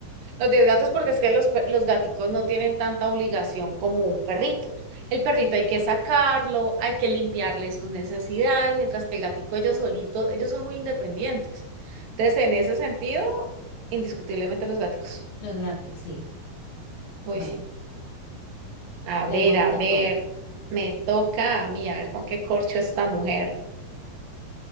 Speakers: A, on the right; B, on the left.
A: Los 10 gatos porque es que los, pe- los gaticos no tienen tanta obligación como un perrito. El perrito hay que sacarlo, hay que limpiarle sus necesidades, mientras que el gatico ellos solitos, ellos son muy independientes. Entonces, en ese sentido, indiscutiblemente los gaticos.
B: Los gatos, sí.
A: Uy,
B: Bueno,
A: sí. A
B: pregunta
A: ver, a ver,
B: pues.
A: me toca a mí, a ver con qué corcho esta mujer.